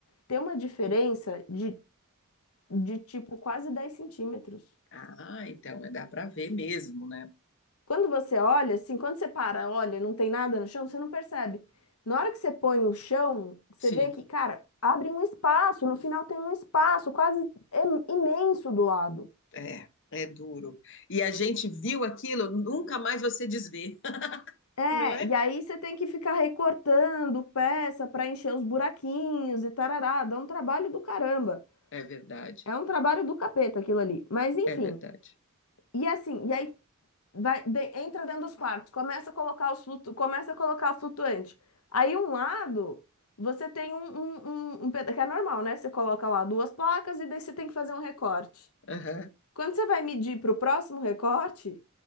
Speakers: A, on the left; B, on the left.
A: tem uma diferença de, de tipo quase 10 centímetros.
B: Ah, então é, dá para ver mesmo, né?
A: Quando você olha, assim, quando você para, olha, não tem nada no chão, você não percebe. Na hora que você põe o chão, você
B: Sim,
A: vê que, cara, abre um espaço, no final tem um espaço quase im- imenso do lado.
B: é, é duro. E a gente viu aquilo, nunca mais você desvê, <laughs>
A: É,
B: não é?
A: e aí você tem que ficar recortando peça para encher os buraquinhos e tarará, dá um trabalho do caramba.
B: É verdade,
A: É um trabalho do capeta aquilo ali. Mas enfim.
B: é verdade.
A: E assim, e aí vai, de- entra dentro dos quartos, começa a colocar os flutu, começa a colocar o flutuante. Aí um lado você tem um, um, um, um peda- que é normal, né? Você coloca lá duas placas e daí você tem que fazer um recorte.
B: Aham.
A: Quando você vai medir para o próximo recorte,